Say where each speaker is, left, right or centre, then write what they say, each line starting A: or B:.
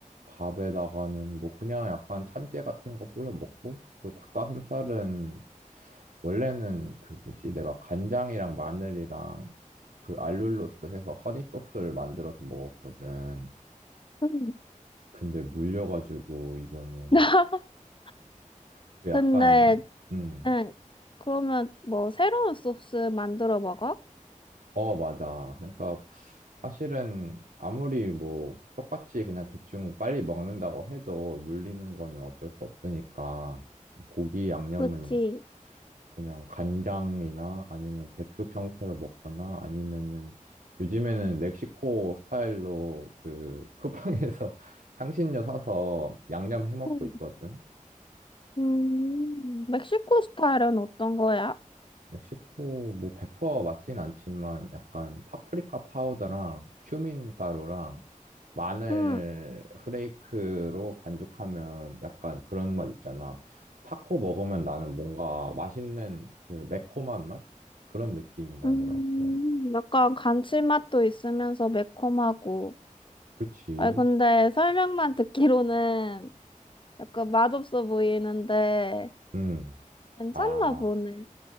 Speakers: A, on the right; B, on the left.
A: 밥에다가는 뭐 그냥 약간 참깨 같은 거 뿌려 먹고 또 닭가슴살은 원래는 그 뭐지 내가 간장이랑 마늘이랑 그 알룰로스 해서 허니 소스를 만들어서 먹었거든.
B: 음.
A: 근데 물려가지고 이번에
B: <laughs>
A: 그
B: 근데,
A: 약간 음,
B: 응, 그러면 뭐 새로운 소스 만들어 먹어?
A: 어, 맞아. 그러니까 사실은 아무리 뭐 똑같이 그냥 대충 빨리 먹는다고 해도 물리는 거는 어쩔 수 없으니까 고기 양념은
B: 그치.
A: 그냥 간장이나 아니면 백숙 형태로 먹거나 아니면은 요즘에는 멕시코 스타일로 그 쿠팡에서 <laughs> 향신료 사서 양념 해 먹고
B: 음,
A: 있거든.
B: 음, 멕시코 스타일은 어떤 거야?
A: 멕시코 뭐 100% 맞진 않지만 약간 파프리카 파우더랑 큐민 가루랑 마늘
B: 음,
A: 후레이크로 반죽하면 약간 그런 맛 있잖아. 타코 먹으면 나는 뭔가 맛있는 그 매콤한 맛? 그런 느낌이 나더라고.
B: 음, 약간 감칠맛도 있으면서 매콤하고.
A: 그치?
B: 아, 근데 설명만 듣기로는 약간 맛없어 보이는데
A: 음.
B: 괜찮나
A: 아,
B: 보네.